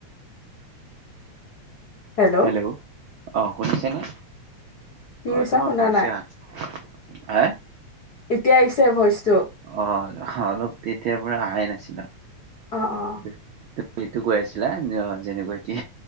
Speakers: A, on the left; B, on the right.
A: Hello
B: hello! অ' শুনিছেনে?
A: কি
B: অ'
A: কৈছা
B: তোমাৰ
A: শুনা
B: ভইচ
A: নাই
B: আহা
A: এতিয়া আহিছে ভইচটো
B: আহ অলপ তেতিয়াৰ পৰা আহাই নাই। ছিলা।
A: অ অ
B: <unintelligible> সেইটো কৈ আছিলা, যেনেকুৱা কি